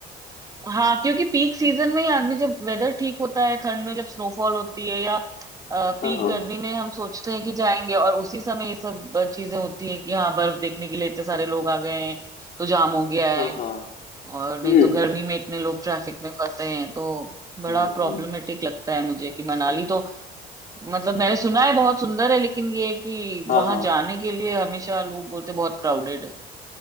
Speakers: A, on the right; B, on the left.
A: हाँ क्योंकि पीक सीजन में ही आदमी जब वेदर ठीक होता है ठंड में जब स्नोफॉल होती है या पीक
B: हाँ हाँ
A: गर्मी में हम सोचते हैं कि जाएंगे और उसी समय ये सब अ, चीजें होती हैं कि हाँ बर्फ देखने के लिए इतने सारे लोग आ गए हैं तो जाम हो गया है
B: हाँ हाँ
A: और नहीं
B: हम्म
A: तो गर्मी में इतने लोग ट्रैफिक में फंसे हैं तो बड़ा
B: हम्म
A: प्रॉब्लमेटिक लगता है मुझे कि मनाली
B: हम्म,
A: तो मतलब मैंने सुना है बहुत सुंदर है लेकिन ये है कि
B: हाँ
A: वहां
B: हाँ
A: जाने के लिए हमेशा लोग बोलते बहुत क्राउडेड है